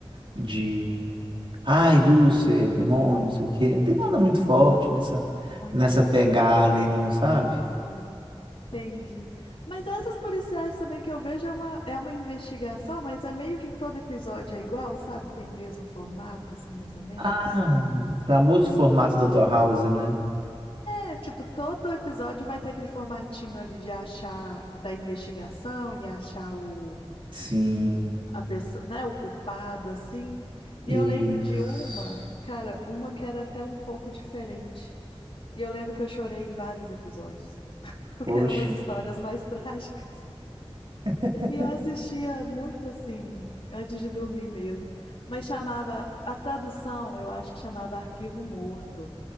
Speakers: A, on the right; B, on the left.
A: de ai, Lúcifer, demônio, não sei o quê. Não tem nada muito forte nessa,
B: muito
A: nessa pegada aí, não, sabe?
B: reflexiva, Entendi. Mas essas policiais também que eu vejo é uma, é uma investigação, mas é meio que todo episódio é igual, sabe? Tem o mesmo formato, assim, mais ou menos.
A: Ah, o famoso formato da tua House, né?
B: É, tipo, todo episódio vai ter aquele formatinho ali de achar da investigação e achar o,
A: Sim.
B: a pessoa, né, o culpado, assim. E
A: Isso.
B: eu lembro de uma, cara, uma que era até um pouco diferente. E eu lembro que eu chorei em vários episódios. porque
A: Oxe.
B: eram umas histórias mais <laughs> trágicas.
A: <laughs>
B: E eu assistia muito assim, antes de dormir mesmo. Mas chamava, a tradução eu acho que chamava Arquivo Morto,